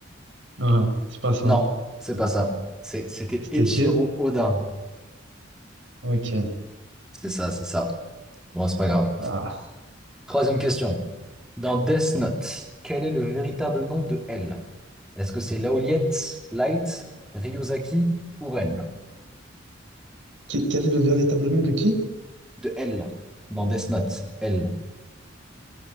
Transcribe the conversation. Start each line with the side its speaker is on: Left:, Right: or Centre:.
Right: Ouais, c'est pas ça.
Centre: Non, c'est pas ça. C'est- C'était
Right: C'était
Centre: Eiichiro
Right: D.
Centre: Oda.
Right: Ok.
Centre: C'est ça, c'est ça. Bon, c'est pas grave.
Right: Ah.
Centre: Troisième question. Dans Death Note, quel est le véritable nom de L? Est-ce que c'est Laoliette, Light, Ryuzaki ou Ren?
Right: Qui- Quel est le véritable nom de qui?
Centre: De L. Dans Death Note, L.